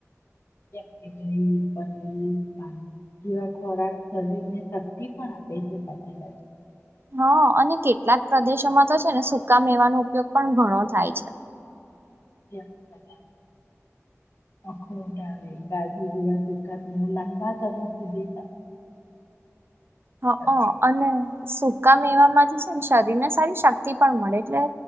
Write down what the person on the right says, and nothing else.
હા અને કેટલાક પ્રદેશોમાં તો છે ને સકા મેવાનો ઉપયોગ પણ ઘણો થાય છે.
હ
અને સુ કામ એવા માંથી છે ને શરીર ને સારી શક્તિ પણ મળે એટલે